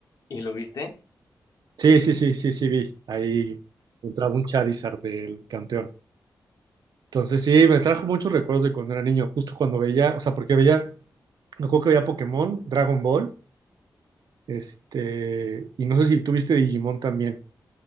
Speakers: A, on the left; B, on the right.
A: ¿Y lo viste?
B: Sí, sí, sí, sí, sí, vi. Ahí entraba un Charizard del campeón. Entonces sí, me trajo muchos recuerdos de cuando era niño, justo cuando veía, o sea, porque veía, me acuerdo que veía Pokémon, Dragon Ball, este, y no sé si tuviste Digimon también.